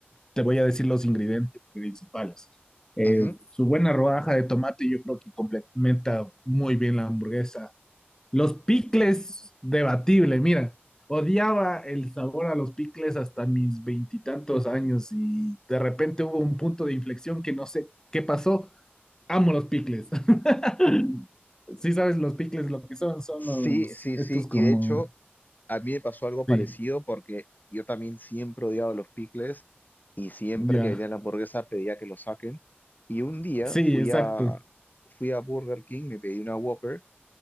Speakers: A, on the left; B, on the left.
A: te voy a decir los ingredientes principales. Eh,
B: Ujú.
A: su buena rodaja de tomate yo creo que complementa muy bien la hamburguesa los picles, debatible, mira. Odiaba el sabor a los picles hasta mis veintitantos años y de repente hubo un punto de inflexión que no sé qué pasó. Amo los picles. <laughs> Sí sabes los picles lo que son, son
B: Sí,
A: los,
B: sí,
A: estos
B: sí.
A: como,
B: Y de hecho, a mí me pasó algo parecido
A: sí,
B: porque yo también siempre odiaba los picles y siempre
A: ya.
B: que venía la hamburguesa pedía que lo saquen. Y un día
A: Sí,
B: fui
A: exacto.
B: a, fui a Burger King, me pedí una Whopper